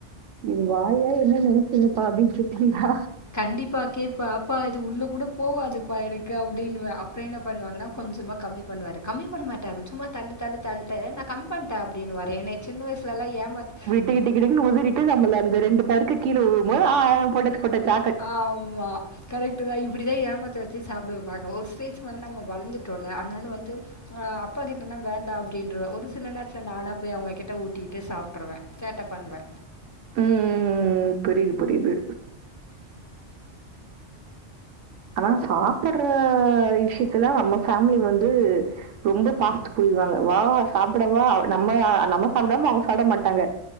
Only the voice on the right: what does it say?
இது வாயா என்ன நெனச்சிங்கப்பா அப்டின்னு கேட்டியா
கிடு கிடுக்னு உதிரிட்டு நம்ள அந்த ரெண்டு பருக்க கீழ உழும் போது ஆ ஆ போட்டாச்சி போட்டாச்சி
ம் ம் ம் புரிது புரிது ஆனா சாப்புற விஷ்யத்துல நம்ம ஃபேம்லி வந்து ரொம்ப ஃபாஸ்ட் போய்ருவாங்க வா சாப்டவா நம்ம நம்ம சாப்டாம அவுங்க சாப்ட மாட்டாங்க